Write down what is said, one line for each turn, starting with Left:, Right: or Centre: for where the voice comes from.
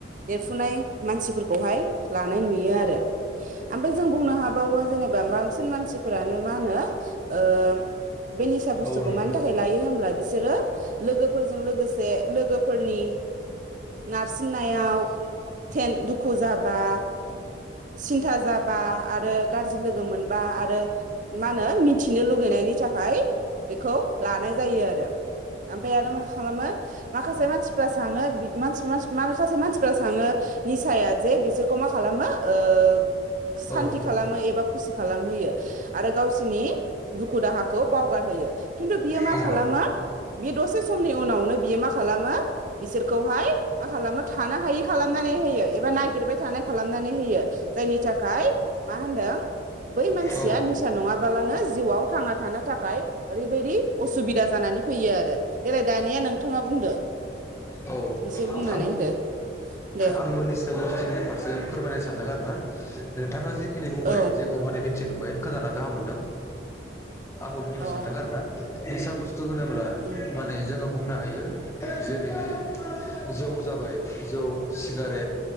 Right: देरफुनाय मानसिफोरखौहाय लानाय नुयो आरो ओमफाय जों बुंनो हाबावो जेनेबा बांसिन मानसिफोरानो मा होनो ओ बे निसा बुस्थुखौ
Left: औ नोंथां
Right: मानि थाखाय लायो होनब्ला बिसोरो लोगोफोरजों लोगोसे लोगोफोरनि नारसिननायाव थेन दुखु जाब बा सिन्था जाबा आरो गाज्रि लोगो मोनबा आरो मा होनो मिथिनो लुगैनायनि थाखाय बेखौ लानाय जायो आरो ओमफाय आरो मा खालामो माखासे मानसिफा साङो बि मास मास माखासे मानसिफा साङो निसाया जे बिस बिसोरखौ मा खालामो ओ सान्थि
Left: औ
Right: खालामो एबा खुसि खालामहोयो आरो गावसिनि दुखु दाहाखौ बावगारहोयो खिन्थु बियो मा
Left: औ
Right: खालामो बे दसे समनि उनावनो बियो मा खालामो बिसोरखौहाय मा खालामो थानो हायै खालामनानै होयो एबा नागिरबाय थानाय खालामनानै होयो जायनि थाखाय मा होनदों बै मानसिया
Left: औ
Right: निसा नङाबालानो जिउआव थांना थानो थाखाय ओरैबायदि असुबिदा जानानै फैयो आरो देलाय दानिया नोंथाङा बुंदो
Left: औ
Right: एसे बुंनानै
Left: आं
Right: होदो दे
Left: आंबो निसो बुस्थुनि फारसे फोरमायनो सानदों आरो ना नोंथाङा जि बेनि बुंबाय
Right: औ
Left: जेखौ माने मिथिन बै खोनाना गाहाम मोनदों आंबो बुंनो
Right: औ
Left: सानदों आरोना निसा बुस्थु होनोब्ला
Right: उम
Left: माने जोङो बुं नो हायो जेरैहाय जौ जाबाय जौ सिगारेट